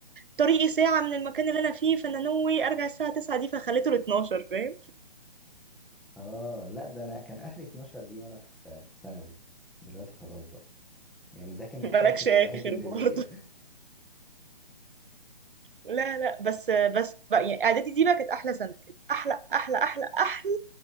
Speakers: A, on the right (about 60°); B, in the centre.
A: طريقي ساعة من المكان اللي انا فيه فانا نوي ارجع الساعة 9 دي فخليته ل 12 فاهم
B: اه لا ده انا كان اخري 12 دي وانا في في ثانوي دلوقتي خلاص بقى يعني ده كان
A: <laughs>
B: الاخر
A: مالكش
B: الوحيد
A: اخر
B: اللي
A: برضه
B: ليا
A: <laughs> لا لا بس بس بقى يعني اعدادي دي بقى كانت احلى سنة كانت احلى احلى احلى احلى